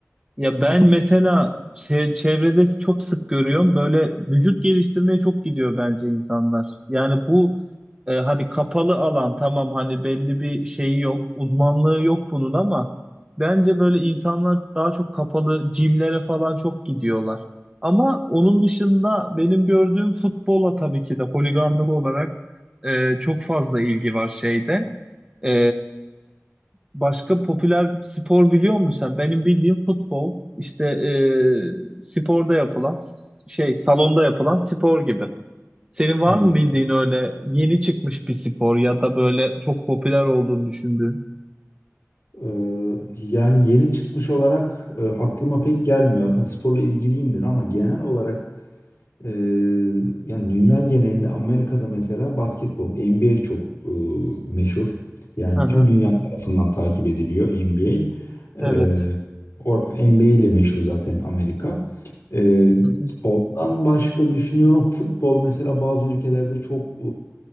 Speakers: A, on the right (about 20°); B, on the left (about 70°).
A: Ya ben mesela çe- çevrede çok sık görüyorum böyle vücut geliştirmeye çok gidiyor bence insanlar. Yani bu e, hani kapalı alan tamam hani belli bir şeyi yok, uzmanlığı yok bunun ama bence böyle insanlar daha çok kapalı jimlere falan çok gidiyorlar. Ama onun dışında benim gördüğüm futbola tabii ki de holiganlık olarak e, çok fazla ilgi var şeyde. E, Başka popüler spor biliyor musun sen? Benim bildiğim futbol, işte e, sporda yapılan şey, salonda yapılan spor gibi. Senin var
B: Hmm.
A: mı bildiğin öyle yeni çıkmış bir spor ya da böyle çok popüler olduğunu düşündüğün?
B: Ee, yani yeni çıkmış olarak e, aklıma pek gelmiyor. Aslında sporla ilgiliyimdir ama genel olarak Ee, yani dünya genelinde Amerika'da mesela basketbol, NBA çok e, meşhur. Yani
A: Hı hı,
B: tüm dünya tarafından takip ediliyor NBA.
A: evet.
B: Ee, or- NBA ile meşhur zaten Amerika. Ee,
A: Hı hı,
B: ondan başka düşünüyorum futbol mesela bazı ülkelerde çok